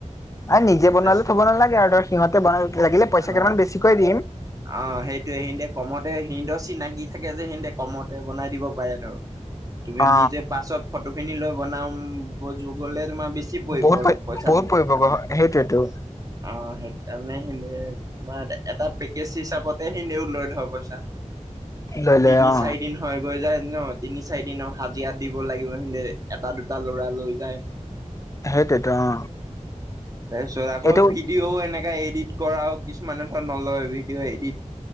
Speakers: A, on the left; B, on the right.
A: আৰু নিজে বনালে
B: তাৰপিছ
A: থ'ব নালাগে আৰু ধৰ সিহঁতে বনাব লাগিলে পইচা
B: অ
A: কেইটমান বেছিকৈ দিম।
B: অ সেইটোৱে সিতে কমতে সিতে চিনাকি থাকে যে সিহতে কমতে বনাই দিব পাৰে ধৰ- তুমি
A: অ
B: নিজে পাছত ফটো খিনি লৈ বনাম ব যু গ'লে তোমাৰ বেছি পৰিব
A: বহুত
B: অলপ
A: পৰি
B: পইচাটো
A: বহুত পৰিব গ সেইটোৱেতো
B: অহ সেইকাৰণে। তোমাৰ এটা পেকেজ হিচাপতে সিনেও লৈ ধৰ পইচা।
A: লৈ লৈ
B: তিনি
A: অ
B: চাৰি দিন হয় গৈ যায় ন তিনি চাৰি দিন হাজিৰা দিব লাগিব সিতে এটা দুটা ল'ৰা লৈ যায়।
A: সেইটোৱেতো অ
B: তাৰপিছত আকৌ
A: এইটো
B: ভিডিঅ' এনেকা এডিট কৰাও কিছুমানে ধৰ নলয় ভিডিঅ' এডিট।